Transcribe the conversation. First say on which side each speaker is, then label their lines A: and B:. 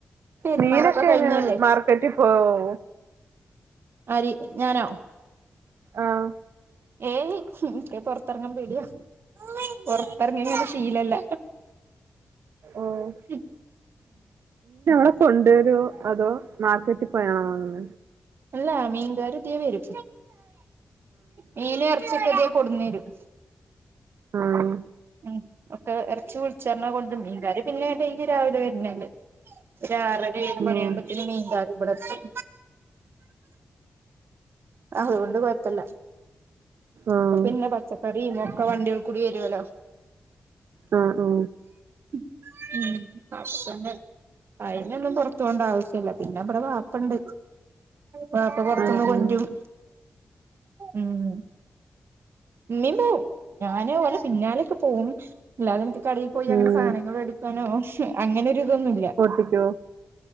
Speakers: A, on the right; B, on the right.
A: പെരുന്നാളൊക്കെ
B: മീനൊക്കെ
A: കഴിഞ്ഞതല്ലേ
B: എങ്ങനെ മാർക്കറ്റിൽ പോവോ
A: ആര് ഞാനോ
B: ആഹ്
A: ഏയ് മ്ഹ് ഇപ്പ പൊറ ത്തെറങ്ങാൻ പേടിയാ പൊറത്തെറങ്ങിയങ്ങനെ ശീലല്ല
B: ഓഹ്
A: മ്ഹ്
B: <unintelligible>
A: ഉം
B: കൊണ്ടരോ അതോ? മാർക്കറ്റിൽ പോയാണോ വാങ്ങുന്നെ
A: അല്ല മീൻകാര് ഇതിയേ വരും മീന് എറ ച്ചിയൊക്കെ ഇതിയെ കൊടുന്നരും
B: ആഹ്
A: ഉം ഒക്കെ ഇറച്ചി വിളിച്ച് പറഞ്ഞാ കൊണ്ട് വരും മീൻകാര് പിന്നെ ഡെയ്‌ലി രാവിലെ വരുന്നേല്ലേ ഒര് ആറര ഏഴ് മണിയാകുമ്പത്തിന്
B: ആഹ്
A: മീൻകാര് ഇവിടെത്തും അതുകൊണ്ട് കൊഴപ്പല്ല
B: ആഹ്
A: ഇപ്പ പിന്നെ പച്ചക്കറിയും ഒക്കെ വണ്ടികളിൽ കൂടി വരൊല്ലോ
B: ആഹ് ആഹ്
A: മ്ഹ് അവിടെത്തന്നെ അയിനൊന്നും പൊറത്തു പോവേണ്ട ആവശ്യല്ല പിന്നെ ഇബ്ടെ വാപ്പണ്ട് വാപ്പ പൊറത്ത്ന്ന്
B: ആഹ്
A: കൊണ്ട്
B: ആഹ്
A: രും ഉം ഇമ്മേം പോവും ഞാന് ഓലെ പിന്നാലൊക്കെ പോവും അല്ലാതെ എനിക്ക് കടയിൽ പോയി
B: ഉം
A: അങ്ങനെ സാധനങ്ങള് വേടിക്കാനോ അങ്ങനെ ഒരു ഇതൊന്നുമില്ല
B: കിട്ട്യോ